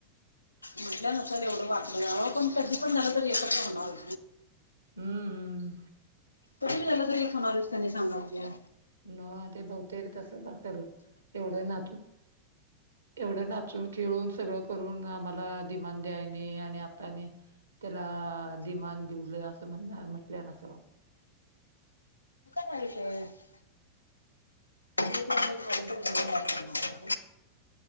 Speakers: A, on the left; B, on the right.
A: म्हटलं नसेल एवढं वाटलं यावं पण कधी पण झालं तर येतचवणार.
B: हम्म
A: तरी झाला तरी होणारच त्यांनी सांगा बुज्या
B: न ते बहुतेक तसं वाल एवढं नात. एवढं नाचून खेळून सगळं करून आम्हाला दिधमान द्यायने आणि आताने. त्याला दिमान दिवल असं म्हण म्हटलं नसल.
A: श <inaudible>